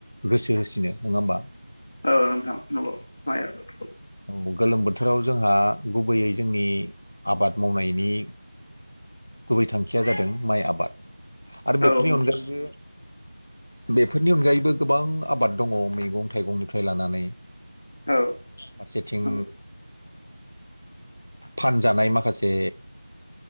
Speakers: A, on the left (about 70°); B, on the left (about 30°).
A: गोसो होसिनो नङा होमबा?
B: औ नोंथां नंगौ माइ आबाद औ
A: औ गोलोम बोथोराव जोंहा गुबैयै जोंनि आबाद मावनायनि गुबै थांखिया जादों माइ आबाद आरो बेफोरनि
B: औ नोंथां
A: अनगायैबो बेफोरनि अनगायैबो गोबां आबाद दङ मैगं थाइगंनिफ्राय लानानै
B: औ
A: फारसेथिं
B: नंगौ
A: फानजानाय माखासे